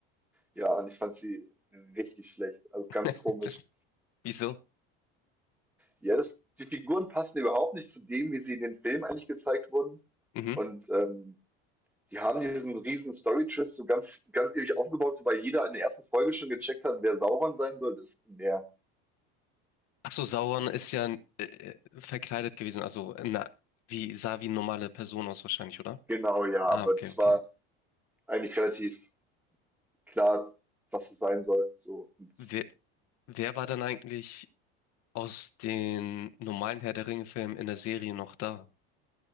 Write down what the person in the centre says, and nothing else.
Ja, und ich fand sie richtig schlecht. Also ganz
komisch.
Ja, das, die Figuren passen überhaupt nicht zu dem, wie sie in den Filmen eigentlich gezeigt wurden.
Und ähm, die haben diesen riesen Story-Twist so ganz, ganz ewig aufgebaut, so weil jeder in der ersten Folge schon gecheckt hat, wer Sauron sein soll. Das, ja,
das,
genau, ja,
aber
das
war eigentlich relativ klar, was es sein soll. So, und